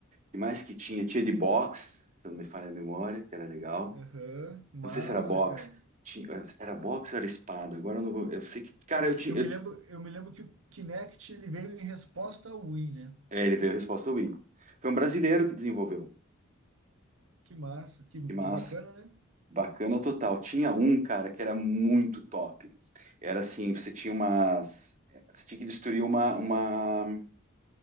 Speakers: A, on the right; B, on the right.
A: que mais que tinha? Tinha de boxe, se não me falha a memória, que era legal.
B: Aham, massa,
A: Não sei se era Aham. boxe.
B: cara.
A: Tinha, era boxe ou era espada? Agora eu não vou. Eu sei que. Cara,
B: O
A: eu
B: que,
A: tinha.
B: eu me
A: eu ti-
B: lembro, eu me lembro que o Kinect ele veio em resposta ao Wii, né?
A: é, ele veio a resposta Wii. Foi um brasileiro que desenvolveu.
B: Que massa, que,
A: Que massa.
B: que bacana, né?
A: Bacana total. Tinha um, cara, que era muito top. Era assim, você tinha umas. Você tinha que destruir uma, uma,